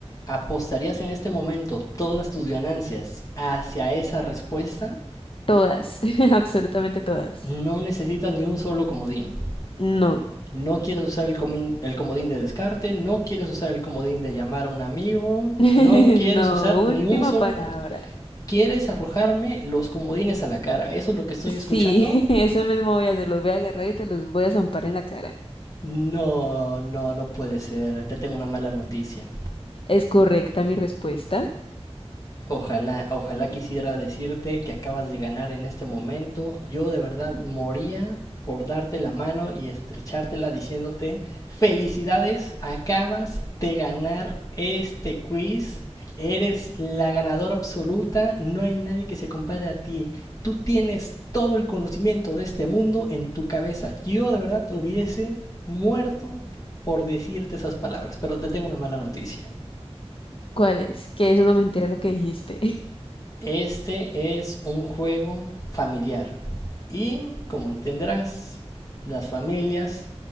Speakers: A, on the left; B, on the left.
A: ¿Apostarías en este momento todas tus ganancias hacia esa respuesta?
B: Todas, <laughs> absolutamente todas.
A: No necesitas ni un solo comodín.
B: No.
A: No quieres usar el, comín- el comodín de descarte, no quieres usar el comodín de llamar a un amigo,
B: <laughs>
A: no quieres
B: No,
A: usar ni
B: última
A: un solo
B: palabra.
A: comodín. ¿Quieres arrojarme los comodines a la cara? ¿Eso es lo que estoy
B: Sí,
A: escuchando?
B: <laughs> eso mismo voy a hacer. Los voy a agarrar y te los voy a zampar en la cara.
A: No, no, no puede ser. Te tengo una mala noticia.
B: ¿Es correcta mi respuesta?
A: Ojalá, ojalá quisiera decirte que acabas de ganar en este momento. Yo de verdad moría por darte la mano y estrechártela diciéndote felicidades, acabas de ganar este quiz. Eres la ganadora absoluta, no hay nadie que se compare a ti. Tú tienes todo el conocimiento de este mundo en tu cabeza. Yo de verdad hubiese muerto por decirte esas palabras, pero te tengo una mala noticia.
B: ¿Cuál es? Que es una mentira lo que dijiste.
A: Este es un juego familiar y, como entenderás, las familias